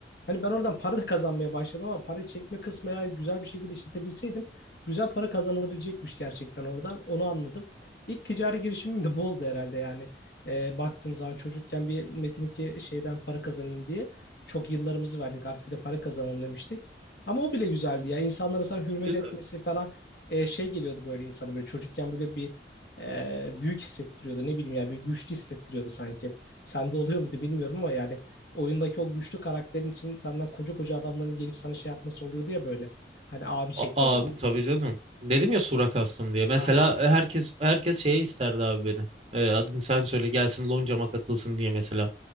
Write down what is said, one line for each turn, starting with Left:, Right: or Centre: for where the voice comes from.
Left: Hani ben oradan para da kazanmaya başladım ama parayı çekme kısmı eğer güzel bir şekilde işletebilseydim güzel para kazanılabilecekmiş gerçekten oradan. Onu anladım. İlk ticari girişimim de bu oldu herhalde yani. Ee, baktığım zaman çocukken bir Metin iki şeyden para kazanayım diye çok yıllarımızı verdik artık bir de para kazanalım demiştik. Ama o bile güzeldi ya. İnsanlara sana hürmet
Right: Güzel.
Left: etmesi falan e, şey geliyordu böyle insana böyle çocukken böyle bir e, büyük hissettiriyordu. Ne bileyim yani bir güçlü hissettiriyordu sanki. Sende oluyor mu muydu bilmiyorum ama yani oyundaki o güçlü karakterin için senden koca koca adamların gelip sana şey yapması oluyordu ya böyle. Hani abi çekmeleri
Right: A- Abi
Left: diye.
Right: tabii canım. Dedim ya Surak aslında diye. Mesela
Left: Aynen.
Right: herkes herkes şeye isterdi abi beni. Ee, adını sen söyle gelsin loncama katılsın diye mesela.